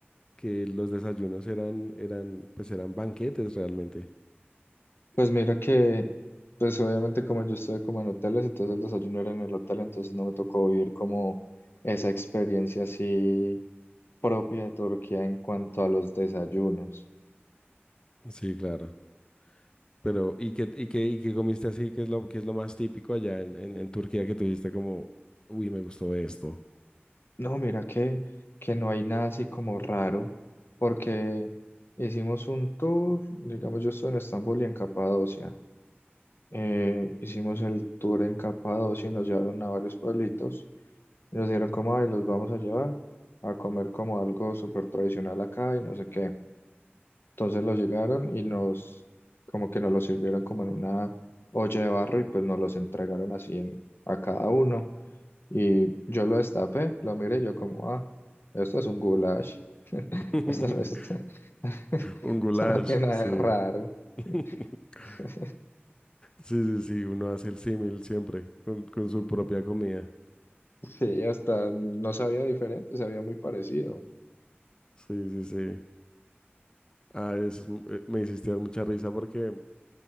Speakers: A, on the left (about 20°); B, on the left (about 65°).
A: que los desayunos eran, eran, pues eran banquetes realmente.
B: Pues mira que, pues obviamente como yo estuve como en hoteles, entonces el desayuno era en el hotel, entonces no me tocó vivir como esa experiencia así propia de Turquía en cuanto a los desayunos.
A: Sí, claro. Pero, ¿y qué, y qué, y qué comiste así? ¿Qué es lo, qué es lo más típico allá en, en, en Turquía que tuviste como, uy, me gustó esto?
B: No, mira que, que no hay nada así como raro, porque hicimos un tour, digamos, yo estuve en Estambul y en Capadocia. Eh, hicimos el tour en Capadocia y nos llevaron a varios pueblitos. Y nos dijeron como, ay, los vamos a llevar a comer como algo súper tradicional acá y no sé qué. Entonces los llegaron y nos, como que nos los sirvieron como en una olla de barro y pues nos los entregaron así en, a cada uno. Y yo lo destapé, lo miré, y yo como, ah, esto es un goulash. <laughs>
A: <laughs>
B: Esto, no es- <laughs>
A: Un goulash,
B: esto no tiene nada
A: sí.
B: de raro.
A: <laughs>
B: <laughs>
A: Sí, sí, sí, uno hace el símil siempre con, con su propia comida.
B: Sí, hasta no sabía diferente, sabía muy parecido.
A: Sí, sí, sí. Ah, eso es m- eh, me hiciste dar mucha risa porque,